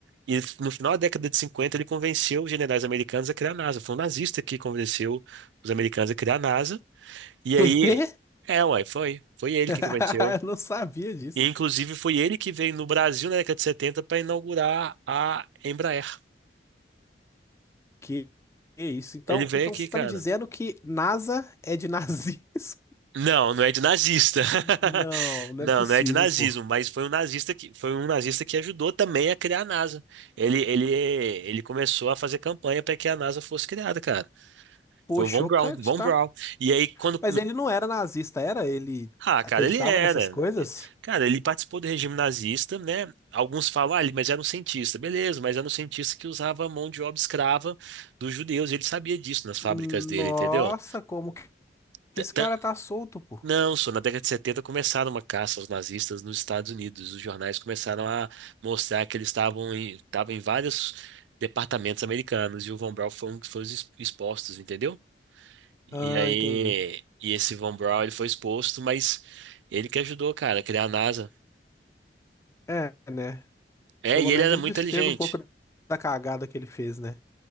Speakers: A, on the right; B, on the left.
A: E no final da década de 50 ele convenceu os generais americanos a criar a NASA. Foi um nazista que convenceu os americanos a criar a NASA. E
B: Quê?
A: aí, é, uai, foi. Foi ele
B: <laughs>
A: que cometeu.
B: Eu não sabia disso.
A: E, inclusive, foi ele que veio no Brasil na década de 70 para inaugurar a Embraer.
B: Que que isso? Então,
A: Ele veio
B: então
A: aqui,
B: você
A: cara.
B: tá me dizendo que NASA é de nazismo? <laughs>
A: Não, não é de nazista. <laughs>
B: Não, não
A: Não,
B: é possível,
A: não é de nazismo,
B: pô.
A: mas foi um nazista que foi um nazista que ajudou também a criar a NASA. Ele, ele, ele começou a fazer campanha para que a NASA fosse criada, cara.
B: Pô,
A: Foi o
B: chocante,
A: Von Braun, Von
B: tá?
A: Braun. E aí quando
B: Mas ele não era nazista, era? Ele
A: Ah,
B: acreditava
A: cara, ele era.
B: nessas coisas?
A: Cara, ele participou do regime nazista, né? Alguns falam, ah, ele- mas era um cientista. Beleza, mas era um cientista que usava a mão de obra escrava dos judeus. e Ele sabia disso nas fábricas
B: Nossa,
A: dele, entendeu?
B: como que que
A: T-
B: esse
A: tan-
B: cara tá solto, pô?
A: Não, só na década de 70 começaram uma caça aos nazistas nos Estados Unidos. Os jornais começaram a mostrar que eles estavam em, estavam em vários departamentos americanos e o Von Braun foi um que foi os expostos, entendeu? E
B: Ah,
A: aí,
B: entendi.
A: e esse Von Braun, ele foi exposto, mas ele que ajudou, cara, a criar a NASA.
B: É, né?
A: É,
B: Pelo
A: e
B: menos
A: ele era
B: ele
A: muito
B: desfez
A: inteligente.
B: um pouco da cagada que ele fez, né?